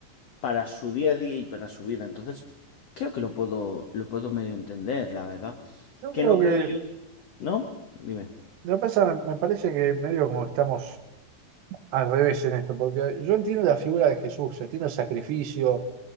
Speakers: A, on the left; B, on the right.
A: para su día a día y para su vida. Entonces, creo que lo puedo, lo puedo medio entender, la verdad.
B: Yo
A: Que
B: creo
A: no creo
B: que
A: yo, ¿no? Dime.
B: Lo que pasa, me me parece que medio como estamos al revés en esto, porque yo entiendo la figura de Jesús, entiendo el sacrificio,